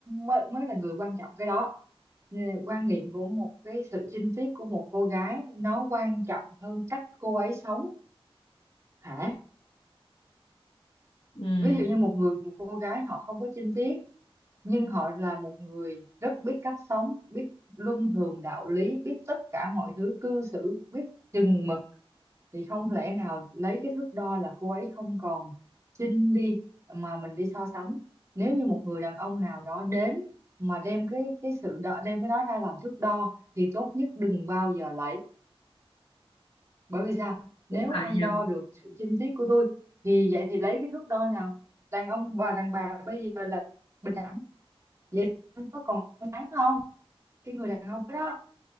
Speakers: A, on the right; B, on the left.
A: mới mới là người quan trọng cái đó Nên quan niệm của một cái sự chinh tiết của một cô gái nó quan trọng hơn cách cô ấy sống hả
B: ừ,
A: ví dụ như một người một cô gái họ không có chinh tiết nhưng họ là một người rất biết cách sống biết luân thường đạo lý biết tất cả mọi thứ cư xử biết chừng mực thì không lẽ nào lấy cái thước đo là cô ấy không còn chinh đi mà mình đi so sánh nếu như một người đàn ông nào đó đến mà đem cái cái sự đo, đem cái đó ra làm thước đo thì tốt nhất đừng bao giờ lấy bởi vì sao
B: cũng
A: nếu
B: phải
A: anh
B: nhỉ
A: đo được sự chinh tiết của tôi thì vậy thì lấy cái thước đo nào đàn ông và đàn bà bây giờ là bình đẳng vậy anh có còn trong trắng không cái người đàn ông đó